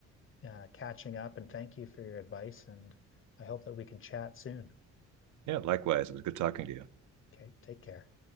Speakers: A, on the left; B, on the right.
A: uh catching up and thank you for your advice and I hope that we can chat soon.
B: Yeah, likewise, it was good talking to you.
A: Okay, take care.